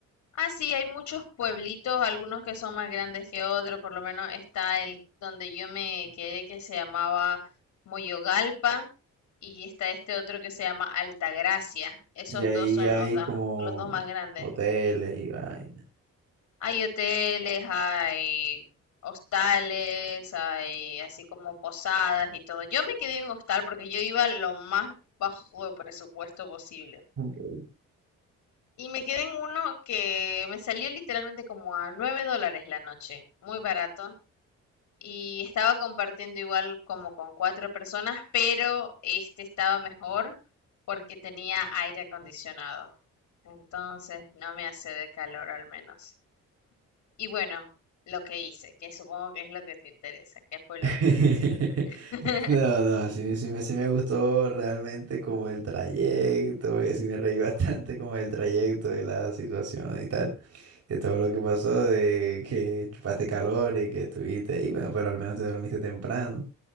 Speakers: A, on the left; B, on the right.
A: Ah, sí, hay muchos pueblitos, algunos que son más grandes que otros, por lo menos está el donde yo me quedé que se llamaba Moyogalpa y está este otro que se llama Altagracia. Esos
B: Y ahí
A: dos son
B: hay
A: los dos,
B: como
A: los dos más grandes.
B: hoteles y vainas.
A: Hay hoteles, hay hostales, hay así como posadas y todo. Yo me quedé en un hostal porque yo iba lo más bajo de presupuesto posible.
B: Ok.
A: Y me quedé en uno que me salió literalmente como a 9 dólares la noche, muy barato. Y estaba compartiendo igual como con cuatro personas, pero este estaba mejor porque tenía aire acondicionado. Entonces no me hace de calor al menos. Y bueno, lo que hice, que supongo que es lo que te interesa, que fue lo
B: <laughs>
A: que hice. <laughs>
B: No, no, sí, sí, me, sí me gustó realmente como el trayecto, eh, sí me reí <laughs> bastante como el trayecto de la situación y tal, de todo lo que pasó, de que chupaste calor y que estuviste ahí, bueno, pero al menos te dormiste temprano